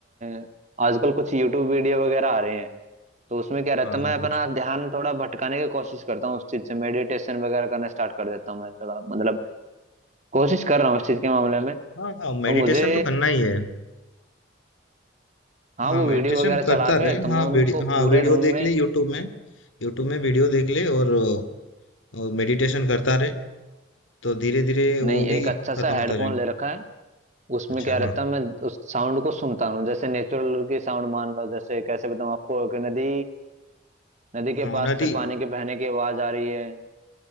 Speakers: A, on the right; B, on the left.
A: अ, आजकल कुछ यूट्यूब वीडियो वगैरह आ रहे हैं तो उसमें क्या रहता
B: हाँ
A: है मैं अपना
B: कुछ
A: ध्यान थोड़ा भटकाने की कोशिश करता हूँ उस चीज से मेडिटेशन वगैरह करना स्टार्ट कर देता हूँ मैं थोड़ा मतलब कोशिश कर रहा हूँ इस चीज के मामले में
B: हाँ हाँ
A: तो
B: मेडिटेशन
A: मुझे
B: तो करना ही है
A: हाँ
B: हाँ
A: वो
B: मेडिटेशन
A: वीडियो वगैरह चला
B: करता
A: के
B: रहे
A: तो मैं
B: हाँ वीडियो
A: उनको
B: हाँ
A: पूरे
B: वीडियो
A: रूम
B: देख
A: में
B: ले यूट्यूब में यूट्यूब में वीडियो देख ले और, और मेडिटेशन करता रहे तो धीरे धीरे
A: नहीं
B: वो भी
A: एक अच्छा सा
B: खत्म होता
A: हेडफोन
B: जाएगा
A: ले रखा है उसमें
B: अच्छा
A: क्या
B: हाँ
A: रहता है मैं उस साउंड को सुनता हूँ जैसे नेचुरल की साउंड मान लो जैसे कैसे बताऊँ आपको कि नदी नदी के
B: हाँ
A: पास
B: नदी
A: से पानी के बहने की आवाज आ रही है